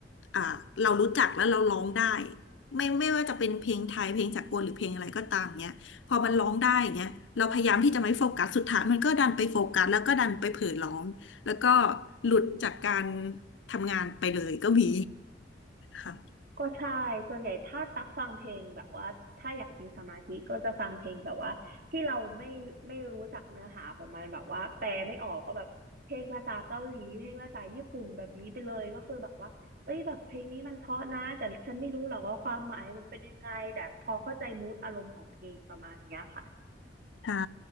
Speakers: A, on the left; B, on the right.
A: อ่าเรารู้จักแล้วเราร้องได้ไม่ไม่ว่าจะเป็นเพลงไทยเพลงสากลหรือเพลงอะไรก็ตามเนี้ย พอมันร้องได้อย่างเงี้ยเราพยายามที่จะไม่โฟกัสสุดท้ายมันก็ดันไปโฟกัสแล้วก็ดันไปเผลอร้องแล้วก็หลุดจากการทำงานไปเลยก็มีค่ะ
B: ก็ใช่ส่วนใหญ่ถ้าตักฟังเพลงแบบว่าถ้าอยากมีสมาธิก็จะฟังเพลงแบบว่าที่เราไม่ไม่รู้จักเนื้อหาของมันแบบว่าแปลไม่ออกก็แบบเพลงภาษาเกาหลีเพลงภาษาญี่ปุ่นแบบนี้ไปเลยก็คือแบบว่าเอ้ยแบบเพลงนี้มันเพราะนะแต่ฉันไม่รู้หรอกว่าความหมายมันเป็นยังไงแต่พอเข้าใจมูดอารมณ์ของเพลงประมาณเนี้ยค่ะ
A: ใช่